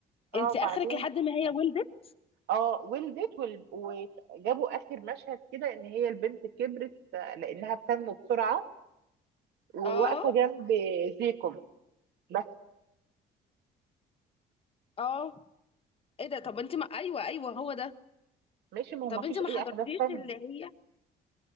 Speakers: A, on the right; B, on the left.
A: اه
B: انت
A: وبعدين
B: اخرك لحد ما هي ولدت
A: اه ولدت وال... وجابوا اخر مشهد كده ان هي البنت كبرت آه، لانها بتنمو بسرعة وواقفة
B: اه
A: جنب زيكم بس
B: اه ايه ده طب انت ما <laughs> ايوه ايوه هو ده
A: ماشي ما هو
B: طب
A: ما فيش
B: انت ما
A: اي
B: حضرتيش
A: احداث تانية
B: اللي هي